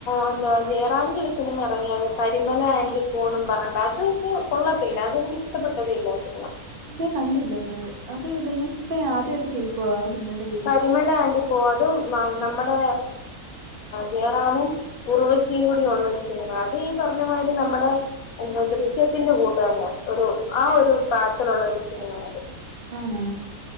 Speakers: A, on the left; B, on the right.
A: എന്താ ജയറാമിന്റെയൊരു സിനിമ എറങ്ങിയാര്ന്ന് പരിമള ആൻഡ് പോന്നും പറണ്ട അത്ഷേ കൊള്ളത്തില്ല അതെനിക്കിഷ്ടപ്പെട്ടതേയില്ല ശോവാ
B: ഞാൻ കണ്ടില്ലത് അതേതാ ഞാനിപ്പ ഞാദ്യായിട്ട് കേക്കുവ ആ സിനിമേന്റെ പേര്
A: പരിമല ആൻഡ് കോ അത് ന നമ്മടെ ജയറാമും ഉർവശിയും കൂടിയൊള്ളൊരു സിനിമാണ് ഈ പറഞ്ഞ മാരി നമ്മടെ എന്തോ ദൃശ്യത്തിന്റെ കൂട്ട്തന്നെ ഒരു ആ ഒരു <unintelligible> ലൊള്ളൊരു സിനിമയാത്
B: ആണോ